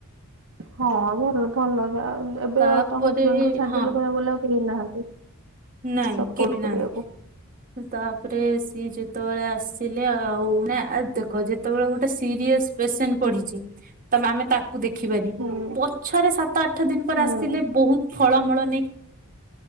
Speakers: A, on the right; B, on the right.
A: ହଁ ଭଲ ଭଲ ଯା ଏବେ
B: ତାପରେ
A: ତେ ହଜବେଣ୍ଡ କୁ ଛାଡିଦେଲେ
B: ହଁ
A: କହିବାକୁ ଗଲେ ଆଉ କେହି ନାହାନ୍ତି।
B: ନାଇଁ
A: ସପୋର୍ଟ
B: କେ ବି
A: କରିବାକୁ
B: ନାହାନ୍ତି। ତାପରେ ସିଏ ଯେତେବେଳେ ଆସିଲେ ଆଉ ନା ଦେଖ ଯେତେବେଳେ ଗୋଟେ ସିରିଏସ୍ ପେସେଣ୍ଟ ପଡିଚି ତ ଆମେ ତାକୁ ଦେଖିବାନି
A: ହୁଁ।
B: ପଛରେ ସାତ ଆଠ ଦିନ ପରେ
A: ହୁଁ
B: ଆସିଲେ ବହୁତ ଫଳମୂଳ ନେଇ